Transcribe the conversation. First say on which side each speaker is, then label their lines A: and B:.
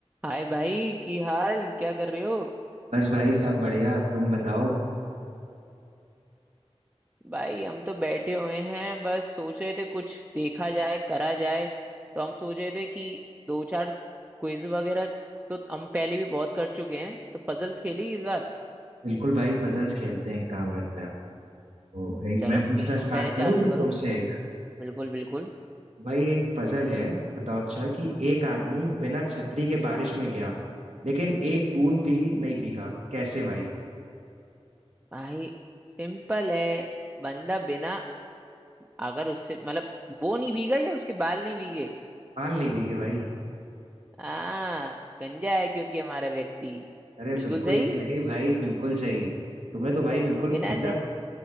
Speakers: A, on the right; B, on the right.
A: हाय भाई की हाल क्या कर रहे हो
B: बस भाई सब बढ़िया तुम बताओ
A: भाई हम तो बैठे हुए हैं बस सोच रहे थे कुछ देखा जाए करा जाए तो हम सोच रहे थे कि दो चार क्विज वगैरह तो हम पहले भी बहुत कर चुके हैं तो पजल्स खेली इस बार
B: बिल्कुल भाई पजल्स खेलते हैं एक काम करते हैं ओ भाई
A: चलो
B: मैं पूछना
A: फिर तुम
B: स्टार्ट
A: पहले
B: करूं
A: चालू
B: फिर
A: करो
B: तुमसे एक
A: बिल्कुल बिल्कुल
B: भाई एक पजल है बताओ अच्छा कि एक आदमी बिना छतरी के बारिश में गया लेकिन एक बूंद भी नहीं भीगा कैसे भाई
A: भाई सिंपल है बंदा बिना अगर उससे मतलब वो नहीं भीगा या उसके बाल नहीं भीगे
B: बाल नहीं भीगे भाई
A: हाँ गंजा है क्योंकि हमारा व्यक्ति
B: अरे
A: बिल्कुल
B: बिल्कुल
A: सही
B: सही भाई बिल्कुल सही तुम्हें तो भाई बिल्कुल
A: बिना
B: मतलब